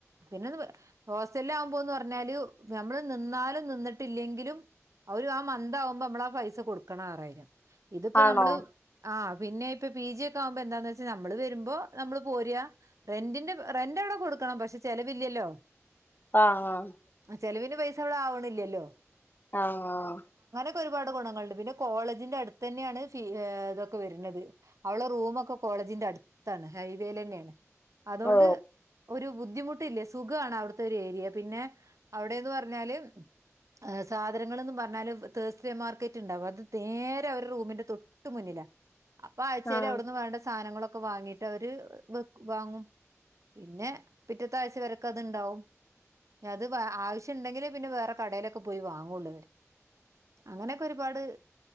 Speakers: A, on the right; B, on the left.
A: പിന്നെ ഹോസ്റ്റല് ആകുമ്പോന്ന് പറഞ്ഞാല് നമ്മൾ നിന്നാലും നിന്നിട്ടില്ലെങ്കിലും ആ ഒര് ആ മന്ത് ആവുമ്പൊ അമ്മള് ആ പൈസ കൊടു ക്കണം ആറായിരം ഇത്പ്പോ
B: ആണോ
A: നമ്മള് ആഹ് പിന്നെ ഇപ്പൊ പി ജി ഒക്കെ ആവുമ്പോ എന്താന്ന് വെച്ചാ നമ്മള് വരുമ്പോ നമ്മള് പോര റെന്റിന്റെ റെന്റ് അവടെ കൊട് ക്കണം പക്ഷെ ചെലവില്ല്യല്ലോ
B: ആഹ് ആഹ്
A: ചെലവിന് പൈസ അവടെ ആ വ്ണില്ല്യല്ലോ
B: ആഹ്
A: ഇക്കൊരുപാട് ഗുണങ്ങള്ണ്ട് പിന്നെ കോളജിന്റെ അടുത്ത് തന്നെയാണ് ഫീ ഏഹ് ഇതൊക്കെ വെര്ണത് അവളെ റൂമൊക്ക കോളേജിന്റെ അട്ത്താണ് ഹൈവേലന്നേണ് അതോണ്ട്
B: ഓ
A: ഒരു ബുദ്ധിമുട്ടില്യ സുഖാണ് അവിടുത്തെ ഒരു ഏരിയ പിന്നേ അവടേന്ന് പറഞ്ഞാല് ഏഹ് സാധനങ്ങള്ന്ന് പറഞ്ഞാല് തേഴ്സ്ഡേ മാർക്കറ്റ് ഇണ്ടാവും അത് തേരെ അവരെ റൂമിന്റെ തൊട്ട് മുന്നിലാ അപ്പൊ ആഴ്ച്ചേല്
B: ആഹ്
A: അവിടുന്ന് വേണ്ട സാനങ്ങളൊ ക്കെ വാങ്ങീട്ട് അവര് വെക്ക് വാങ്ങും. പിന്നേ പിറ്റത്താഴ്ച വരക്കത്ണ്ടാവും. അത് വ ആവശ്യണ്ടെങ്കിലേ പിന്നെ വേറെ കടേലൊക്കെ പോയി വാങ്ങൊള്ളൂ അവര് അങ്ങനെക്കെ ഒരുപാട്